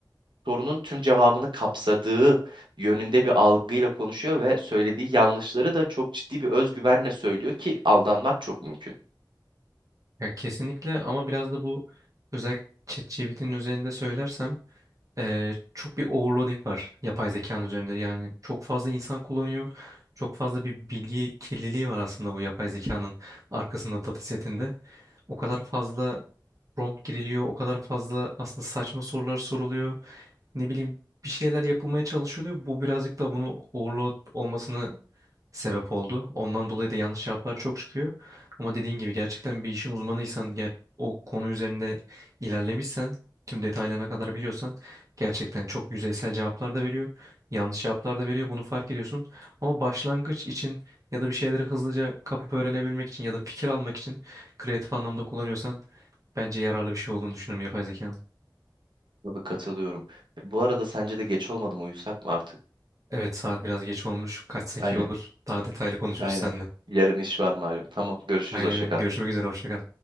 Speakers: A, on the right; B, on the right.
A: sorunun tüm cevabını kapsadığı yönünde bir algıyla konuşuyor ve söylediği yanlışları da çok ciddi bir özgüvenle söylüyor ki aldanmak çok mümkün.
B: Ya kesinlikle ama biraz da bu özellikle ChatGPT'nin üzerinde söylersem eee, çok bir overloading var yapay zekanın üzerinde. Yani çok fazla insan kullanıyor. Çok fazla bir bilgi kirliliği var aslında bu yapay zekanın arkasında datasetinde. O kadar fazla prompt giriliyor, o kadar fazla aslında saçma sorular soruluyor. Ne bileyim bir şeyler yapılmaya çalışılıyor. Bu birazcık da bunu overload olmasını sebep oldu. Ondan dolayı da yanlış cevaplar çok çıkıyor. Ama dediğin gibi gerçekten bir işin uzmanıysan, ger- o konu üzerinde ilerlemişsen, tüm detaylarına kadar biliyorsan gerçekten çok yüzeysel cevaplar da veriyor. Yanlış cevaplar da veriyor. Bunu fark ediyorsun. Ama başlangıç için ya da bir şeyleri hızlıca kapıp öğrenebilmek için ya da fikir almak için kreatif anlamda kullanıyorsan bence yararlı bir şey olduğunu düşünüyorum yapay zekanın.
A: Tabii katılıyorum. Bu arada sence de geç olmadı mı? Uyusak mı artık?
B: Evet saat biraz geç olmuş. Kaçsak
A: Aynen,
B: iyi olur. Daha detaylı konuşuruz
A: aynen.
B: seninle.
A: Yarın iş var malum. Tamam, görüşürüz,
B: Aynen
A: hoşça
B: öyle.
A: kal.
B: Görüşmek üzere. Hoşça kal.